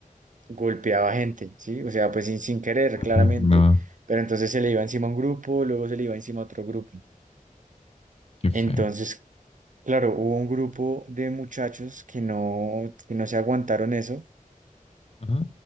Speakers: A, on the right; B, on the left.
A: golpeaba gente, ¿sí? O sea, pues sin, sin querer, claramente.
B: Ay, no,
A: Pero entonces se le iba encima a un grupo, luego se le iba encima a otro grupo.
B: qué
A: Entonces,
B: feo.
A: claro, hubo un grupo de muchachos que no, que no se aguantaron eso
B: Ajá.